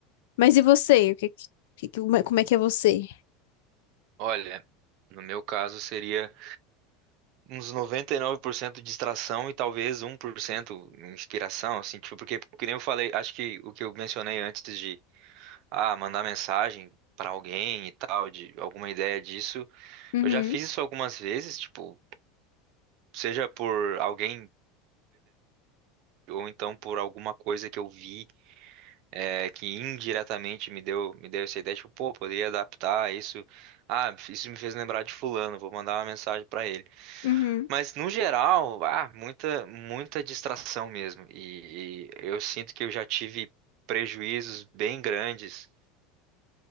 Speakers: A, on the left; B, on the right.
A: Mas e você? O que, que- que- como é como é que é você?
B: Olha, no meu caso seria uns 99% distração e talvez um 1% inspiração, assim, tipo, porque, que nem eu falei, acho que o que eu mencionei antes de, ah, mandar mensagem para alguém e tal, de alguma ideia disso,
A: Uhum,
B: eu já fiz isso algumas vezes, tipo, seja por alguém ou então por alguma coisa que eu vi é, que indiretamente me deu me deu essa ideia, tipo, pô, poderia adaptar isso. Ah, isso me fez lembrar de fulano, vou mandar uma mensagem para ele.
A: uhum,
B: Mas no geral, ah, muita, muita distração mesmo. E, e eu sinto que eu já tive prejuízos bem grandes